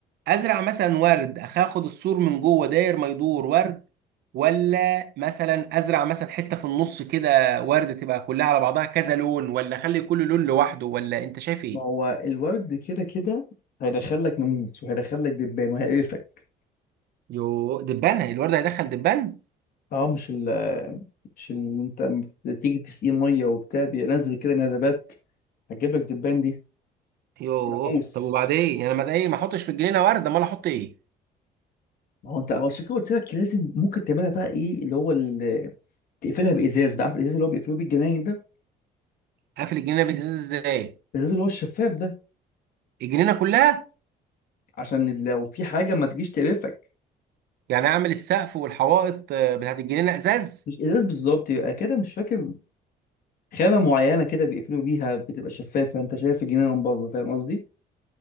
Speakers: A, on the right; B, on the left.
A: ازرع مثلا ورد أخ- اخد السور من جوه داير ما يدور ورد ولا مثلا ازرع مثلا حته في النص كده ورد تبقى كلها على بعضها كذا لون ولا اخلي كل لون لوحده ولا انت شايف ايه
B: ما هو الورد كده كده هيدخل لك ناموس وهيدخل لك دبان وهيقرفك
A: يوه دبان الورد هيدخل دبان
B: اه مش ال مش اللي انت أما تيجي تسقيه ميه وبتاع بينزل كده ندبات هتجيب لك دبان دي
A: يوه
B: ناموس
A: طب وبعدين يعني ما ده ايه ما احطش في الجنينه ورد امال احط ايه
B: ما هو انت هو عشان كده قلت لك لازم ممكن تعملها بقى ايه اللي هو ال- تقفلها بازاز بقى عارف الازاز اللي هو بيقفلوه بالجناين ده
A: اقفل الجنينه بالازاز ازاي
B: الازاز اللي هو الشفاف ده
A: الجنينه كلها
B: عشان لو في حاجه ما تجيش تقرفك
A: يعني اعمل السقف والحوائط آه، بتاعت الجنينه ازاز
B: مش ازاز بالظبط يبقى كده مش فاكر خامة معينة كده بيقفلوا بيها بتبقى شفافة انت شايف الجنينة من بره فاهم قصدي؟